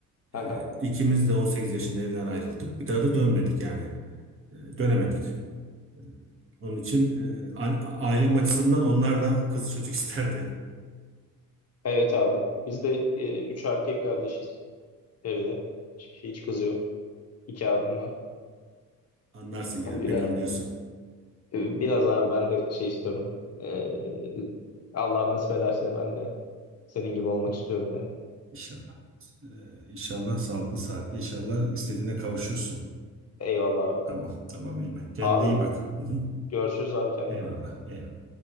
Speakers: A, on the left; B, on the right.
A: Aha.
B: E, İkimiz de 18 yaşında evden ayrıldık. Bir daha da dönmedik yani. E, Dönemedik. E, Onun için e, a- ailem açısından onlar da kız çocuk <laughs> isterdi.
A: Evet abi. Biz de e, üç erkek kardeşiz evde. Hiç hiç kız yok. İki abim var.
B: Anlarsın yani.
A: Biraz,
B: Beni anlıyorsun.
A: biraz abi ben de şey istiyorum. E, Allah nasip ederse ben de senin gibi olmak istiyorum yani.
B: İnşallah. Ee, inşallah sağlıklı saatli. İnşallah istediğine kavuşursun.
A: Eyvallah abi.
B: Tamam. Tamam Eymen. Kendine
A: Abi
B: iyi bak. Hı hı.
A: Görüşürüz abi kendine
B: Eyvallah.
A: iyi bak.
B: Eyvallah.